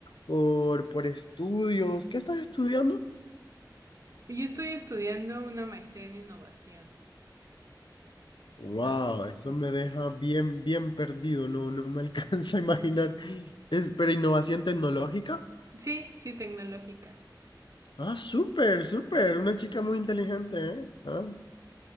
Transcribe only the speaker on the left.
por, por estudios. ¿Qué estás estudiando?
Wow,
eso
me deja bien, bien perdido, no, no me <laughs> alcanza a imaginar. Es, pero innovación tecnológica.
Ah, súper, súper. Una chica muy inteligente, ¿eh? Ah.